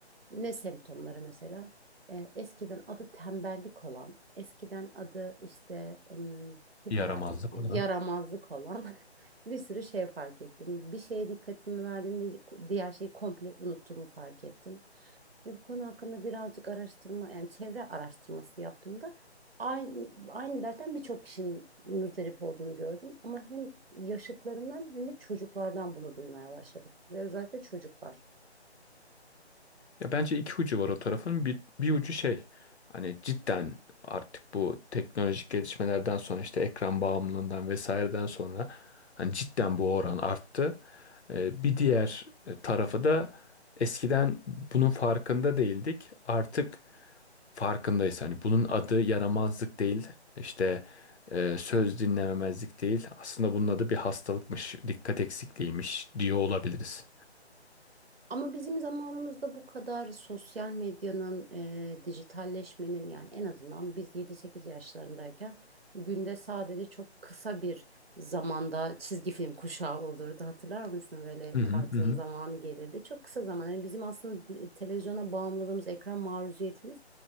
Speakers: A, on the right; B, on the left.
A: Ne semptomları mesela? E, eskiden adı tembellik olan, eskiden adı işte em, hiper,
B: Yaramazlık
A: işte
B: olan.
A: yaramazlık olan <laughs> bir sürü şey fark ettim. Bir şeye dikkatimi verdiğimde diğer şeyi komple unuttuğumu fark ettim. Ve bu konu hakkında birazcık araştırma, yani çevre araştırması yaptığımda aynı, aynı dertten birçok kişinin muzdarip olduğunu gördüm. Ama hem yaşıtlarımdan hem de çocuklardan bunu duymaya başladım. Ve özellikle çocuklar.
B: Ya bence iki ucu var o tarafın. Bir, bir ucu şey hani cidden artık bu teknolojik gelişmelerden sonra işte ekran bağımlılığından vesaireden sonra hani cidden bu oran arttı. Ee, bir diğer e, tarafı da eskiden bunun farkında değildik. Artık farkındayız. Hani bunun adı yaramazlık değil. İşte e, söz dinlememezlik değil. Aslında bunun adı bir hastalıkmış, dikkat eksikliğiymiş diyor olabiliriz.
A: Ama bizim zamanımızda bu kadar sosyal medyanın, e, dijitalleşmenin yani en azından biz 7-8 yaşlarındayken günde sadece çok kısa bir zamanda çizgi film kuşağı olurdu. Hatırlar mısın? Böyle
B: Hı hı
A: kartın
B: hı. hı.
A: zamanı gelirdi. Çok kısa zaman. Yani bizim aslında di- televizyona bağımlılığımız, ekran maruziyetimiz